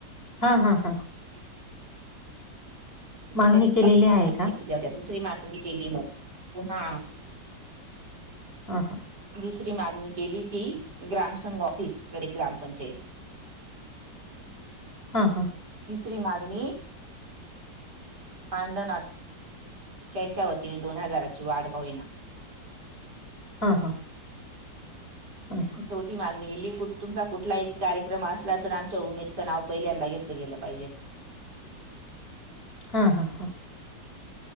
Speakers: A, on the left; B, on the right.
A: हा हा हा.
B: <unintelligible>
A: मागणी केलेली आहे का ह हां.
B: दुसरी मागणी केली की, ग्रामसंघ ऑफिस प्रतेक ग्रामपंचायत <inaudible>
A: हां हां.
B: तिसरी मागणी मानधनात त्यांच्या वतीने दोन हजाराची वाढ होईल.
A: हा हां. हम्म
B: ची मागणी केली तुमचा कुठलाही कार्यक्रम असला तर आमच्या उमेदचं नाव पहिल्यांदा घेतलं गेलं पाहिजे.
A: हां हां हां.